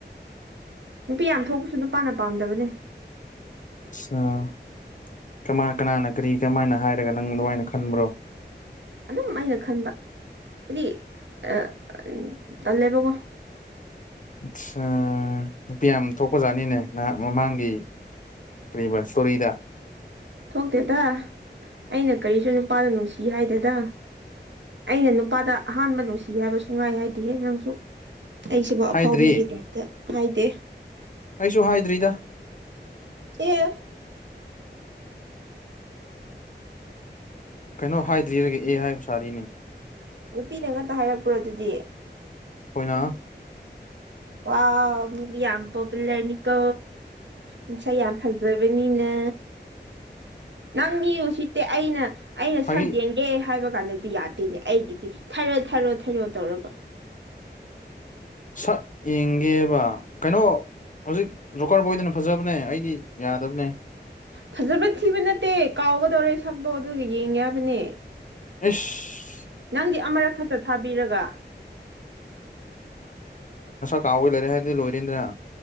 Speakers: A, on the right; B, on the left.
A: ꯅꯨꯄꯤ ꯌꯥꯝ ꯊꯣꯛꯄꯁꯨ ꯅꯨꯄꯥꯅ ꯄꯥꯝꯗꯕꯅꯦ
B: ꯑ ꯀꯃ ꯀꯅꯥꯅ ꯀꯔꯤ ꯀꯃꯥꯏꯅ ꯍꯥꯏꯔꯒ ꯅꯪ ꯑꯗꯨꯃꯥꯏꯅ ꯈꯟꯕ꯭ꯔꯣ
A: ꯑꯗꯨꯝ ꯑꯩꯅ ꯈꯟꯕ ꯑꯦꯗꯤ ꯑ ꯇꯂꯦꯕ ꯀꯣ
B: ꯑꯆꯥ ꯅꯨꯄꯤ ꯌꯥꯝ ꯊꯣꯛꯄꯖꯥꯠꯅꯤꯅꯦ ꯅꯍꯥꯛ ꯃꯃꯥꯡꯒꯤ ꯀ꯭ꯔꯤꯕ ꯁꯇꯣꯔꯤꯗ
A: ꯊꯣꯛꯇꯦꯗ ꯑꯩꯅ ꯀꯔꯤꯁꯨ ꯅꯨꯄꯥꯗ ꯅꯨꯡꯁꯤ ꯍꯥꯏꯗꯦꯗ ꯑꯩꯅ ꯅꯨꯄꯥꯗ ꯑꯍꯥꯟꯕ ꯅꯨꯡꯁꯤ ꯍꯥꯏꯕ ꯁꯨꯍꯥꯢ ꯍꯥꯏꯗꯤꯍꯦ ꯅꯪꯁꯨ ꯑꯩꯁꯨꯕꯨ ꯑꯐꯥꯎꯕꯤꯒꯤ
B: ꯍꯥꯏꯗ꯭ꯔꯤ
A: ꯇꯥꯢꯞꯇ ꯍꯥꯢꯗꯦ
B: ꯑꯩꯁꯨ ꯍꯥꯏꯗ꯭ꯔꯤꯗ
A: ꯑꯦ
B: ꯀꯩꯅꯣ ꯍꯥꯏꯗ꯭ꯔꯤꯔꯒ ꯑꯦ ꯍꯥꯏꯕ ꯁꯥꯔꯤꯅꯦ
A: ꯅꯨꯄꯤꯅ ꯉꯥꯛꯇ ꯍꯥꯏꯔꯛꯄ꯭ꯔꯣ ꯑꯗꯨꯗꯤ
B: ꯍꯣꯏꯅ
A: ꯋꯥ ꯃꯤꯗꯤ ꯌꯥꯝ ꯄꯣꯄꯨꯂꯔꯅꯤꯀꯣ ꯉꯁꯥ ꯌꯥꯝ ꯐꯖꯕꯅꯤ ꯑꯩꯅ ꯅꯪ ꯃꯤ ꯎꯁꯤꯠꯇꯦ ꯑꯩꯅ ꯑꯩꯅ
B: ꯐꯥꯒꯤ
A: ꯁꯛ ꯌꯦꯡꯒꯦ ꯍꯥꯏꯕ ꯀꯥꯟꯗꯗꯤ ꯌꯥꯗꯦꯅꯦ ꯑꯩꯒꯤꯗꯤ ꯊꯥꯏꯔꯣ ꯊꯥꯏꯔꯣ ꯊꯥꯏꯔꯣ ꯇꯧꯔꯒ
B: ꯁꯛ ꯌꯦꯡꯒꯦꯕ ꯀꯩꯅꯣ ꯍꯧꯖꯤꯛ ꯂꯣꯀꯔ ꯕꯣꯏꯗꯅ ꯐꯖꯕꯅꯦ ꯑꯩꯗꯤ ꯌꯥꯗꯕꯅꯦ
A: ꯐꯖꯕ ꯊꯤꯕ ꯅꯠꯇꯦ ꯀꯥꯎꯒꯗꯧꯔꯦ ꯁꯛꯇꯣ ꯑꯗꯨꯒ ꯌꯦꯡꯒꯦ ꯍꯥꯏꯕꯅꯦ
B: ꯑꯦꯁ
A: ꯅꯪꯗꯤ ꯑꯃꯔꯛ ꯈꯛꯇ ꯊꯥꯕꯤꯔꯒ
B: ꯀꯥꯎ ꯂꯔꯦ ꯍꯥꯏꯔꯗꯤ ꯂꯣꯔꯤꯗ꯭ꯔꯅꯥ